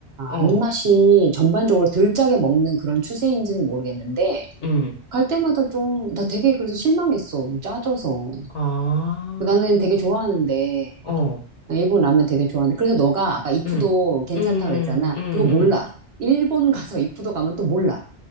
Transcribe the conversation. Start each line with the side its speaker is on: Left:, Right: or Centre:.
Left: 어,
Right: 입맛이 전반적으로 덜 짜게 먹는 그런 추세인지는 모르겠는데,
Left: 음.
Right: 갈 때마다 좀, 나 되게 그래서 실망했어. 짜져서.
Left: 아,
Right: 나는 되게 좋아하는데,
Left: 어,
Right: 나 일본 라면 되게 좋아하는데. 그래서 너가 아까 이푸도
Left: 음.
Right: 괜찮다
Left: 음,
Right: 그랬잖아.
Left: 음,
Right: 그거 몰라.
Left: 음.
Right: 일본 가서 이푸도 가면 또 몰라.